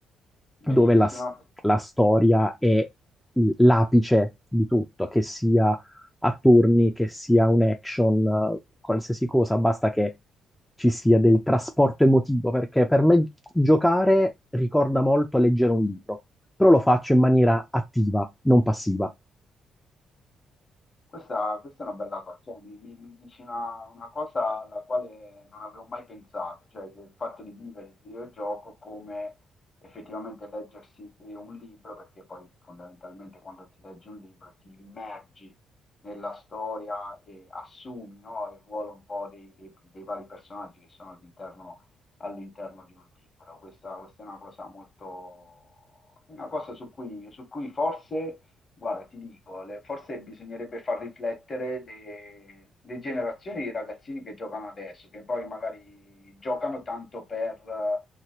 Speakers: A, on the left; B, in the centre.
A: Bellissima.
B: dove la, s- la storia è il- l'apice di tutto, che sia a turni, che sia un action, eh, qualsiasi cosa, basta che ci sia del trasporto emotivo, perché per me giocare ricorda molto leggere un libro, però lo faccio in maniera attiva, non passiva.
A: Questa, questa è una bella cosa, cioè, mi, mi- mi dici una, una cosa alla quale non avevo mai pensato, cioè il fatto di vivere il videogioco come effettivamente leggersi eh, un libro, perché poi fondamentalmente quando ti leggi un libro ti immergi nella storia e assumi, no, il ruolo un po' dei, dei- dei vari personaggi che sono all'interno all'interno di un libro. Questa, questa è una cosa molto, una cosa su cui, su cui forse Guarda, ti dico, le- forse bisognerebbe far riflettere le, le generazioni di ragazzini che giocano adesso, che poi magari giocano tanto per, eh,